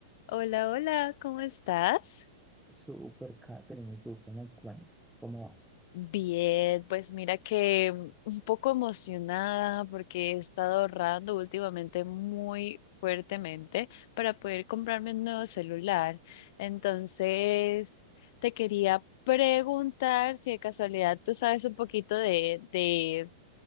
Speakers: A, on the left; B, in the centre.
A: Hola, hola, ¿cómo estás?
B: Super Catherine, ¿y ¿tú qué me cuentas? ¿Cómo vas?
A: Bien, pues mira que mm, un poco emocionada porque he estado ahorrando últimamente muy fuertemente para poder comprarme un nuevo celular. Entonces, te quería preguntar si de casualidad tú sabes un poquito de, de,